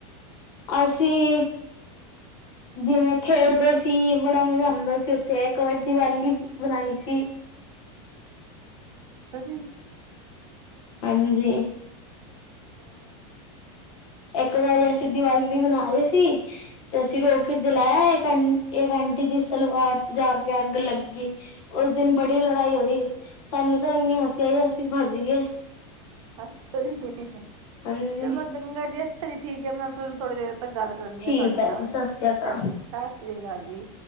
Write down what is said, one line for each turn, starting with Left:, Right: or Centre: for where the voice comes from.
Left: ਅਸੀਂ ਜਿਵੇਂ ਖੇਡਦੇ ਸੀ ਬੜਾ ਮਜ਼ਾ ਆਉਂਦਾ ਸੀ ਉੱਥੇ, ਇੱਕ ਵਾਰੀ ਦੀਵਾਲੀ ਬਣਾਈ ਸੀ।
Right: <unintelligible>
Left: ਹਾਂਜੀ।
Right: ਹੋਰ
Left: ਇੱਕ ਵਾਰੀ ਅਸੀਂ ਦੀਵਾਲੀ ਮਨਾ ਰਹੇ ਸੀ। ਤੇ ਅਸੀਂ ਰੋਕਟ ਜਲਾਇਆ ਇਹੰ ਅੰਟ ਅੰਟੀ ਦੀ ਸਲਵਾਰ ਚ ਜਾ ਕੇ ਅੱਗ ਲੱਗੀ। ਉਸ ਦਿਨ ਬੜੀ ਲੜਾਈ ਹੋਈ। ਸਾਨੂੰ ਤਾ ਇੰਨੀ ਹਸੀ ਆਈ ਅਸੀਂ ਭਜ ਗੇ।
Right: ਅੱਛਾ ਜੀ,
Left: ਹਾਂਜੀ।
Right: ਚਲੋ ਚੰਗਾ ਜੀ। ਅੱਛਾ ਜੀ, ਠੀਕ ਹੈ ਮੈਂ ਫਿਰ ਥੋੜੀ ਦੇਰ ਤੱਕ ਗੱਲ ਕਰਨੀ
Left: ਠੀਕ
Right: ਆ ਤੁਹਾਡੇ
Left: ਹੈ
Right: ਨਾਲ।
Left: ਜੀ ਸਤਿ
Right: ਅੱਛਾ
Left: ਸ੍ਰੀ ਅਕਾਲ।
Right: ਜੀ, ਸਤਿ ਸ੍ਰੀ ਅਕਾਲ ਜੀ।